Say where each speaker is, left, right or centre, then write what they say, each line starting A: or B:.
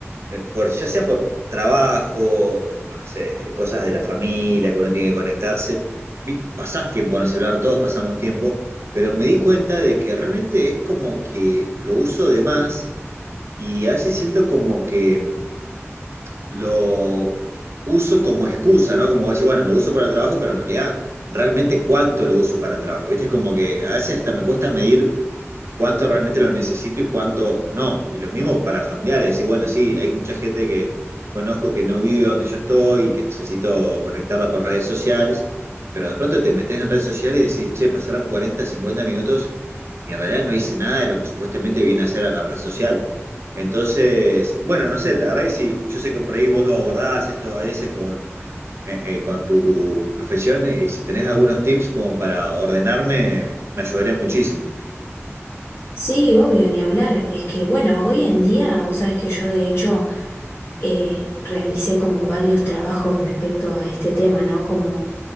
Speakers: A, on the right (about 60°); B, on the left (about 55°).
A: eh, por, ya sea por trabajo o no sé, cosas de la familia que uno tiene que conectarse, vi- pasás tiempo en el celular, todos pasamos tiempo, pero me di cuenta de que realmente es como que lo uso de más y a veces siento como que lo uso como excusa, ¿no? Como vos decís, bueno, lo uso para el trabajo, pero en realidad, ¿realmente cuánto lo uso para el trabajo? ¿Viste? Es como que a veces hasta me cuesta medir cuánto realmente lo necesito y cuándo no. Y lo mismo para familiares. Y bueno, sí, hay mucha gente que conozco que no vive donde yo estoy y que necesito conectarla por redes sociales, pero de pronto te metes en redes sociales y decís, che, pasaron 40, 50 minutos y en realidad no hice nada de lo que supuestamente vine a hacer a la red social. Entonces, bueno, no sé, la verdad que sí, yo sé que por ahí vos lo abordás esto a veces con, eh, eh, con tu, tu profesión y si tenés algunos tips como para ordenarme, me ayudaría muchísimo.
B: Sí, obvio, ni hablar. Es que, bueno, hoy en día, vos sabés que yo de hecho eh, realicé como varios trabajos respecto a este tema, ¿no? Como